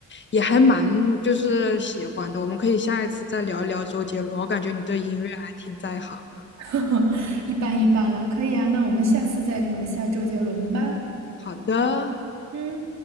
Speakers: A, on the left; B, on the right.
A: 也还蛮就是喜欢的，我们可以下一次再聊一聊周杰伦，我感觉你对音乐还挺在行的。
B: <laughs> 一般一般啦，可以啊，那我们下次再聊一下周杰伦吧。
A: 好的。
B: 嗯。